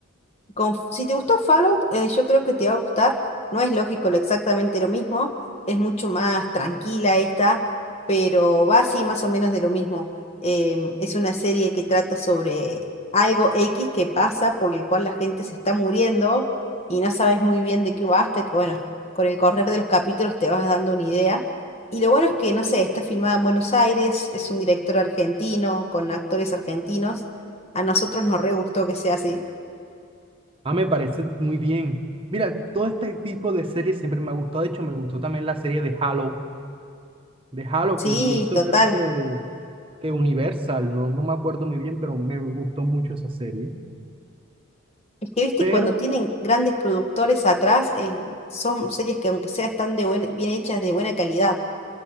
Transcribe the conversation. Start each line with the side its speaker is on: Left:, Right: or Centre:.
Left: con- si te gustó Fallout, eh, yo creo que te va a gustar. No es lógico lo exactamente lo mismo, es mucho más tranquila esta, pero va así más o menos de lo mismo. Em, es una serie que trata sobre algo X que pasa por el cual la gente se está muriendo y no sabes muy bien de qué va hasta que, bueno, con el correr de los capítulos te vas dando una idea. Y lo bueno es que, no sé, está filmada en Buenos Aires, es un director argentino, con actores argentinos. A nosotros nos re gustó que sea así.
Right: Ah, me parece muy bien. Mira, todo este tipo de series siempre me ha gustado. De hecho, me gustó también la serie de Halo, de Halo,
Left: Sí,
Right: que lo hizo
Left: total.
Right: creo que, que Universal, no, no me acuerdo muy bien, pero me gustó mucho esa serie.
Left: Es que, viste,
Right: Pero
Left: cuando tienen grandes productores atrás, eh, son series que aunque sea están de buen- bien hechas, de buena calidad.